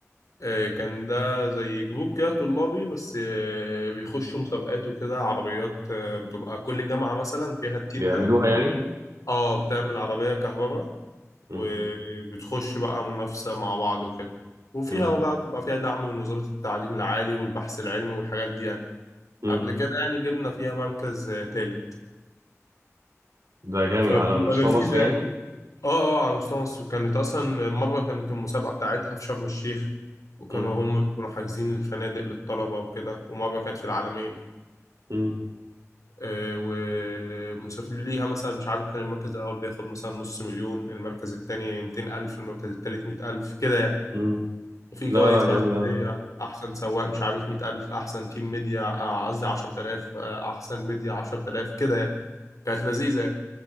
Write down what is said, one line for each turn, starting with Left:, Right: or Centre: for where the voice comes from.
Left: آه، كان ده زي جروب كده طلابي بس آه، بيخشوا مسابقات وكده عربيات آه، بتبقى كل جامعة مثلا فيها التيم
Right: بيعملوها
Left: ده
Right: يعني
Left: اه بتعمل عربية كهرباء
Right: امم
Left: وبتخش بقى منافسة مع بعض وكده وفيها
Right: امم
Left: بقى بيبقى فيها دعم من وزارة التعليم العالي والبحث العلمي والحاجات دي يعني
Right: امم
Left: قبل كده يعني جبنا فيها مركز آه، تالت
Right: ده جامد
Left: فبتبقى
Right: على مستوى
Left: لذيذة
Right: مصر يعني
Left: يعني اه اه على مستوى مصر كانت أصلا مرة كانت المسابقة بتاعتها في شرم الشيخ وكانوا
Right: امم
Left: هم بيكونوا حاجزين الفنادق للطلبة وكده ومرة كانت في العالمين
Right: امم
Left: آه، ومسافر ليها مثلا مش عارف كان المركز الأول بياخد مثلا نص مليون المركز التاني 200 ألف المركز التالت 100 ألف كده يعني
Right: امم
Left: وفي جوائز
Right: لا لا
Left: بقى
Right: جامد
Left: فردية
Right: اوي
Left: أحسن سواق مش عارف مية ألف أحسن تيم ميديا آه، قصدي عشرة آلاف آه، أحسن ميديا عشرة آلاف كده يعني كانت لذيذة يعني.